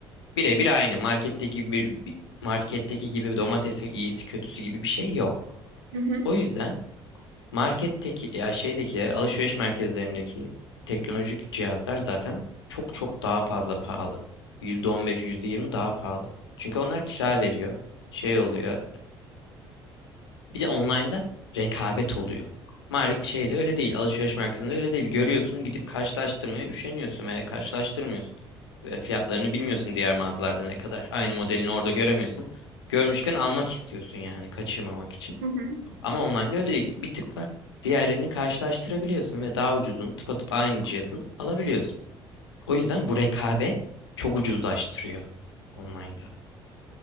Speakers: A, on the left; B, on the right.
A: Birebir aynı. Marketteki bir- bir- marketteki gibi domatesin iyisi kötüsü gibi bir şey yok.
B: Hı hı.
A: O yüzden marketteki ya şeydekiler, alışveriş merkezlerindeki teknolojik cihazlar zaten çok çok daha fazla pahalı. yüzde on beş, yüzde yirmi daha pahalı. Çünkü onlar kira veriyor. Şey oluyor. Bir de online'da rekabet oluyor. Mar şeyde öyle değil. Alışveriş merkezinde öyle değil. Görüyorsun gidip karşılaştırmaya üşeniyorsun veya karşılaştırmıyorsun. Ve fiyatlarını bilmiyorsun diğer mağazalarda ne kadar. Aynı modelini orada göremiyorsun. Görmüşken almak istiyorsun yani kaçırmamak için.
B: Hı hı.
A: Ama online'da öyle değil. Bir tıkla diğerini karşılaştırabiliyorsun ve daha ucuzunu tıpatıp aynı cihazın alabiliyorsun. O yüzden bu rekabet çok ucuzlaştırıyor online'da.